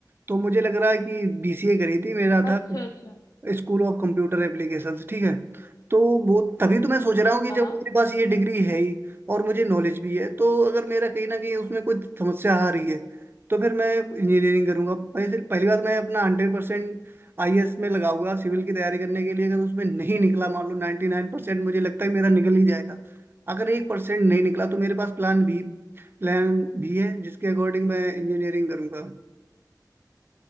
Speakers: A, on the right (about 30°); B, on the left (about 50°).
A: तो मुझे लग रहा है कि बीसीए करी थी मेरा था
B: अच्छा अच्छा
A: स्कूल ऑफ कंप्यूटर एप्लीकेशंस ठीक है तो वो तभी तो मैं सोच रहा हूँ कि
B: हाँ
A: जब
B: हाँ
A: मेरे पास ये डिग्री है ही और मुझे नॉलेज भी है तो अगर मेरा कहीं ना कहीं उसमें कोई समस्या आ रही है तो फिर मैं इंजीनियरिंग करूंगा पहले पहली बात मैं अपना हंड्रेड परसेंट आई ए एस में लगाऊंगा सिविल की तैयारी करने के लिए अगर उसमें नहीं निकला मान लो नाइन्टी नाइन परसेंट मुझे लगता है मेरा निकल ही जाएगा अगर एक परसेंट नहीं निकला तो मेरे पास प्लान बी प्लान भी है जिसके अकॉर्डिंग मैं इंजीनियरिंग करूंगा